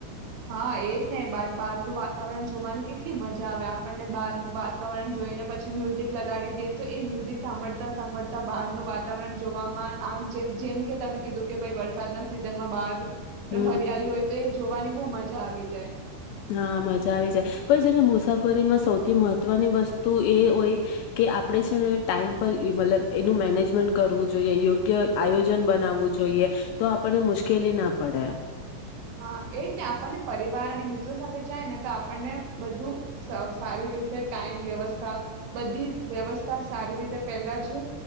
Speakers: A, on the right; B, on the left.
A: હા એજ ને બાાર નું વાતાવરણ જોવાની કે કેટલી મજા આવે આપણને વાતાવરણ જોઈને પછી મ્યુઝિક લગાડી દએ તો એ મ્યુઝિક સાંભળતા સાંભળતા બહારનું વાતાવરણ જોવામાં જેમ કે તમે કીધું કે ભાઈ વરસાદના સિઝન માં બહાર
B: હમ
A: હરિયાળલી હોય તો એ જ જોવાની બ મજા આવી જાય.
B: હા મજા આવી જાય પણ જેને મુસાફરીમાં સૌથી મહત્વની વસ્તુ એ હોય કે આપણે છે ને ટાઈમ પર મતલબ એનું મેનેજમેન્ટ કરવું જોઈએ યોગ્ય આયોજન બનાવવું જોઈએ તો આપણને મુશ્કેલી ના પડે.
A: હા એજ ને આપણને પરિવાર અને મિત્રો સાથે જાય ને તો આપણને બધું સારી રીતે ટાઈમ વ્યવસ્થા બધી વ્યવસ્થા સારી રીતે પેલા જ